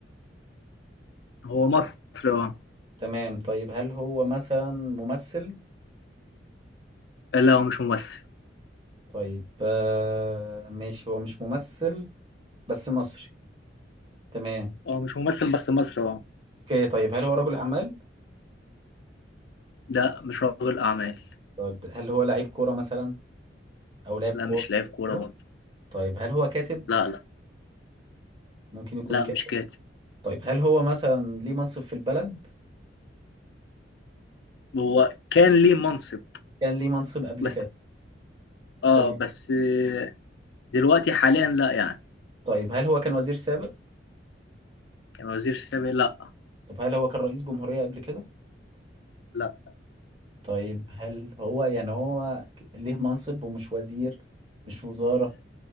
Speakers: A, on the left (about 65°); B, on the right (about 30°).
A: هو مصري اه
B: تمام طيب هل هو مثلا ممثل
A: لا هو مش ممثل
B: طيب آه ماشي هو مش ممثل بس مصري تمام
A: هو مش ممثل بس مصري اه
B: اوكي طيب هل هو رجل اعمال
A: لا مش رجل اعمال
B: طيب هل هو لعيب كوره مثلا او لاعب
A: لا
B: كوره
A: مش لاعب كوره
B: كده
A: برضه
B: طيب هل هو كاتب
A: لا لا
B: ممكن يكون
A: لا مش كاتب
B: طيب هل هو مثلا ليه منصب في البلد؟
A: هو كان ليه منصب
B: كان ليه منصب قبل
A: بس
B: كده
A: اه
B: تمام
A: بس آه، دلوقتي حاليا لا يعني
B: طيب هل هو كان وزير سابق؟
A: كان وزير سابق لا
B: طب هل هو كان رئيس جمهورية قبل كده؟
A: لا
B: طيب هل هو يعني هو ك- ليه منصب ومش وزير مش في وزارة؟